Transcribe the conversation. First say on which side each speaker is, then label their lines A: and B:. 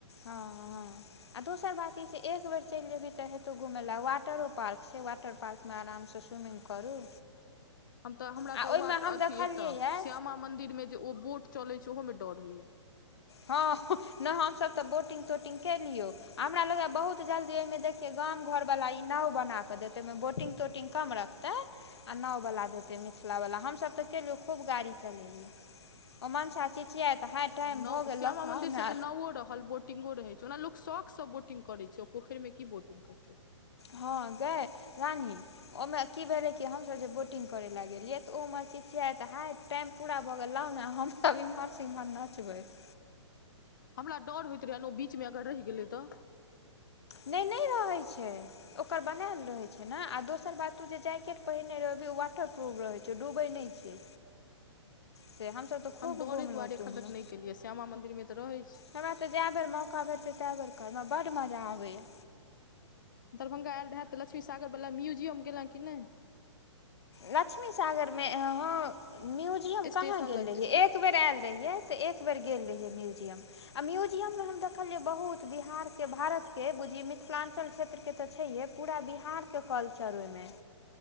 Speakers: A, on the left; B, on the left.
A: हँ हँ आ दोसर बात ई छै एक बेर चलि जेबही तऽ हेतौ घुमय लै वाटरो पार्क छै वाटर पार्कमे आरामसँ स्विमिंग करू
B: हम तऽ हमरा
A: आ
B: तऽ
A: ओहिमे
B: वा
A: हम
B: अथी
A: देखलियै
B: एतऽ
A: यए
B: श्यामा मंदिर मे जे ओ बोट चलै छै ओहो मे डर होइया
A: हँ ह्ह ने हमसभ तऽ बोटिंग तोटिंग केलियो हमरा लगैया बहुत जल्दी ओहि मे देखिये गाम घर वाला ई नाव बना के देत ओमें बोटिंग तोटिंग कम रखतै आ नाव वाला देतै मिथिला वला हम सब त तैयो खुब गाड़ी चलेलियौ ओ मंसा चिचीयाइत है टाइम
B: नाव
A: भऽ गेल
B: श्यामा
A: लऽ कऽ
B: मंदिर
A: आउ ने
B: सबमे नाउओ रहल बोटिंगो रहै छै ओना लोक शौकसँ बोटिंग करे छै ओ पोखरि मे की बोटिंग करतै
A: हँ गए रानी ओहिमे की भेलै कि हमसभ जे बोटिंग करे लए गेलिये तऽ ओ ओम्हर चिचियाइत तऽ हय टाइम पूरा भऽ गेल यै लाउ ने हम सब इम्हर से इम्हर नचबैत
B: हमरा डर होइत रहया ने ओ बीचमे अगर रहि गेलै तऽ
A: नहि नहि रहैत छै ओकर बनायल रहैत छै न आ दोसर बात ओ जे जैकेट पहिरने रहबै ओ वाटर प्रूफ रहै छै ओ डुबै नहि छै से हमसभ तऽ खूब
B: हम डरअ
A: घुमलहुँ
B: दुआरे
A: तुमलहुँ
B: एखन तक नहि केलियै श्यामा मंदिर मे तऽ रहै छै
A: हमरा तऽ जाए बेर मौका भेटतै ताए बेर करबै हमरा बड्ड मजा आबैया
B: दरभंगा आयल रहै तऽ लक्ष्मी सागरवला म्यूजियम गेलैं कि नहि
A: लक्ष्मी सागरमे अं हं म्यूजियम कहाँ
B: स्टेशन
A: गेल
B: लग
A: रहियै
B: जे छै
A: एक बेर आयल रहियै तऽ एक बेर गेल रहियै म्यूजियम आ म्यूजियम मे हम देखलियै बहुत बिहार के भारत के बुझि मिथिलां चल क्षेत्र के तऽ छैेहे पूरा बिहार के कल्चर ओहिमे